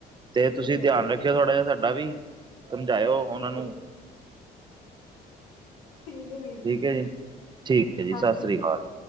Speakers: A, on the right; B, on the left.
A: ਤੇ
B: ਠੀਕ
A: ਤੁਸੀਂ
B: ਹੈ
A: ਧਿਆਨ
B: ਵੀਰ
A: ਰੱਖਿਓ
B: ਜੀ
A: ਥੋੜਾ ਜਿਹਾ ਸਾਡਾ ਵੀ ਸਮਝਾਇਓ
B: ਠੀਕ
A: ਉਹਨਾਂ ਨੂੰ
B: ਹੈ ਠੀਕ ਹੈ ਵੀਰ
A: ਠੀਕ ਹੈ ਜੀ ਠੀਕ ਹੈ ਜੀ
B: ਹਾਂਜੀ
A: ਸਤਿ ਸ੍ਰੀ ਅਕਾਲ